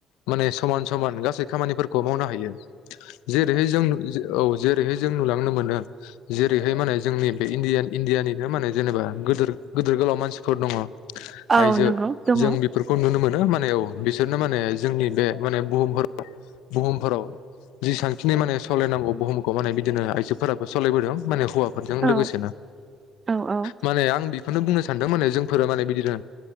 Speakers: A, on the left; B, on the right.
A: माने समान समान गासै खामानिफोरखौ मावनो हायो। जेरैहाय जों औ। जेरैहाय जों नुलांनो मोनो जेरैहाय माने जोंनि बे इण्डियान। इण्डियानिनो माने जेनेबाद गोदोर गोदोर गोलाव मानसिफोर दङ'।
B: औ
A: आयजो
B: नंगौ दङ
A: जों बेफोरखौ नुनो मोनो म बिसोरनो माने जोंनि बे माने बुहावफोराव बुहुमफोराव जिसांखिनि माने सालायनांगौ बुहुमखौ माने बिदिनो आइजोफोराबो सालायबोदों माने हौवा जों
B: औ
A: लोगोसेनो।
B: औ औ।
A: माने आं बेखौनो बुंनो सानदों माने जोंफोरो माने बिदिनो